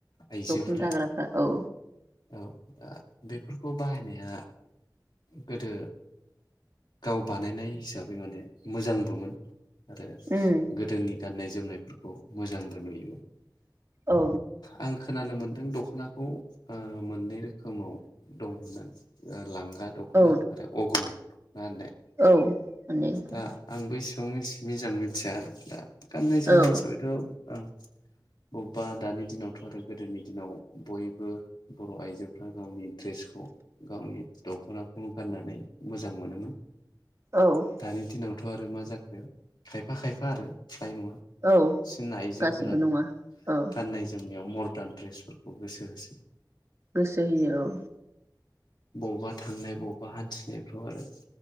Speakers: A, on the left; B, on the right.
A: आइजोफोरा
B: दख'ना दाग्राफ्रा औ
A: औ आ बेफोरखौ बाहायनाया गोदो गाव बानायनाय हिसाब रो माने मोजांबोमोन आरो
B: उम
A: गोदोनि गाननाय जोमनायफोर खौ मोजांबो नुयोमोन
B: औ
A: आं खोनानो मोन दों दख'नाखौ ओ मोननै रोखोमाव दं होननानै ओ लांगा दख'ना
B: औ
A: आरो अग्रं नाने
B: औ मोननै रोखोम
A: दा आंबो एसे बां मिथि मिजां मिथिया आरो दा गाननाय जोमनाय
B: औ
A: हिसाबैथ' आं बबेबा दानि दिनावथ' आरो गोदोनि दिनाव बयबो बर' आइजोफ्रा गावनि ड्रेसखौ गावनि दख'नाखौनो गाननानै मोजां मोनोमोन
B: औ
A: दानि दिनाव थ' आरो मा जाखो खायफा खायफा आरो फ्राय नङा
B: औ
A: बांसिन आइजोफोरानो
B: गासिबो नङा औ
A: गाननाय जोम नायाव मर्दार्न ड्रेसफोरखौ गोसो होसै
B: गोसो होयो औ
A: बबेबा थांनाय बबेबा हान्थिनायफ्राव आरो